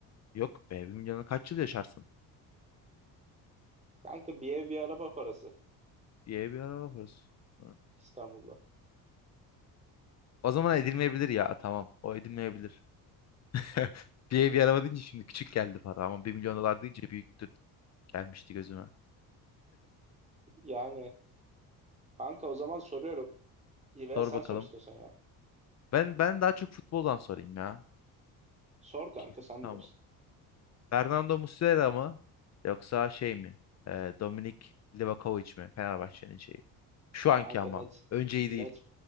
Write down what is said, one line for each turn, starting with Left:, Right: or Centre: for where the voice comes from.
Left: Yok be bir milyonu kaç yıl yaşarsın?
Right: Kanka bir ev bir araba parası
Left: Bir ev bir araba parası. Hı.
Right: İstanbul'da.
Left: O zaman edilmeyebilir ya tamam o edilmeyebilir. <laughs> Bir ev bir araba deyince şimdi küçük geldi para ama bir milyon dolar deyince büyüktür gelmişti gözüme.
Right: Yani kanka o zaman soruyorum. İyi veya
Left: Sor
Right: sen
Left: bakalım.
Right: sor istiyorsan ya.
Left: Ben ben daha çok futboldan sorayım ya.
Right: Sor
Left: Peki.
Right: kanka sen
Left: Tamam.
Right: bilirsin.
Left: Fernando Muslera mı? Yoksa şey mi? Ee, Dominik Livakovic mi? Fenerbahçe'nin şeyi. Şu anki
Right: Kanka
Left: ama.
Right: net
Left: Önceyi değil.
Right: net